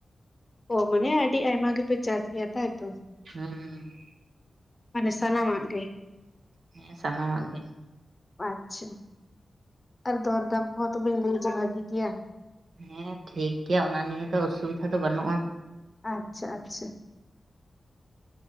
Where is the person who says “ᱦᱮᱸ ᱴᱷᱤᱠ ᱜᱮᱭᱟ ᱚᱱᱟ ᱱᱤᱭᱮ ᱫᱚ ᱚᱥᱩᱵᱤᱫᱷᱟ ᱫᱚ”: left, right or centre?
Right